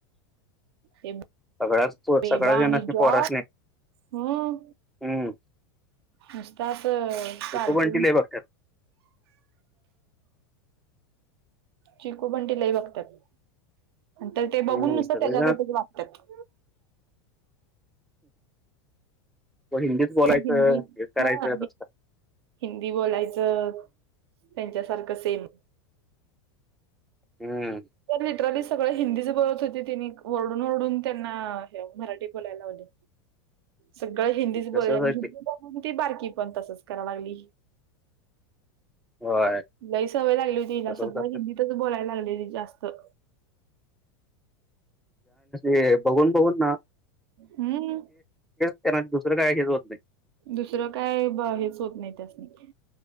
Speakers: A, on the right; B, in the centre.
A: हे
B: सगळ्याच पो
A: बेबा
B: सगळ्याच जणांसनी
A: आणि जॉ
B: पोरासनी
A: हम
B: हम्म
A: नुसताच चालत
B: पिकू बंटी लय बघतात
A: चिकू पंटिलाही बघतात तर ते
B: हम्म
A: बघून नुसत
B: सगळेजणच
A: त्याच्यागतरी वागतात
B: हिंदीच बोलायचं
A: तर हिंदी
B: हे करायचं
A: हा ह
B: तसं
A: हिंदी बोलायचं त्यांच्यासारख सेम
B: हम्म
A: लिटरली सगळ हिंदीच बोलत होते तिनी ओरडून ओरडून त्यांना मराठी बोलायला लावली सगळं हिंदीच बोल
B: तसंच
A: आणि
B: आहे
A: हिंदी
B: ते
A: बून ती बारकी पण तसच करा लागली
B: होय
A: लाही सवय लागली होती हिला
B: तसंच
A: सगळ्या
B: करतात
A: हिंदीतच बोलायला लागली जास्त तर
B: ज बघून बघून ना
A: हम्म
B: त्याना दुसर काय हे हो नाही
A: दुसरं काय हेच होत नाही त्यासनी बघ